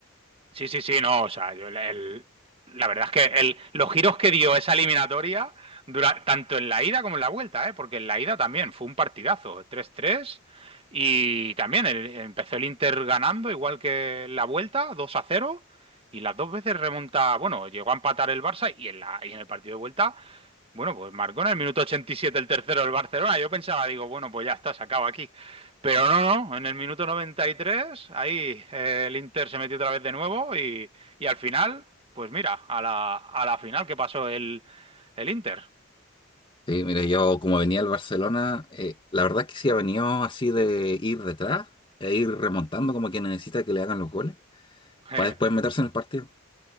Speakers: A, on the right; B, on the left.
A: Sí, sí, sí, no, o sea, yo el- el- la verdad es que el- los giros que dio esa eliminatoria, dura- tanto en la ida como en la vuelta, ¿eh? Porque en la ida también fue un partidazo, tres tres y también el- empezó el Inter ganando, igual que en la vuelta, dos a cero y las dos veces remonta, bueno, llegó a empatar el Barça, y en la, y en el partido de vuelta bueno, pues marcó en el minuto 87 el tercero del Barcelona. Yo pensaba, digo, bueno, pues ya está, se acaba aquí. Pero no, no, en el minuto 93, ahí eh, el Inter se metió otra vez de nuevo y, y al final, pues mira, a la, a la final que pasó el, el Inter.
B: Sí, mira, yo como venía al Barcelona, eh, la verdad es que sí ha venido así de ir detrás e ir remontando como que necesita que le hagan los goles
A: <laughs> Eh,
B: para después meterse en el partido.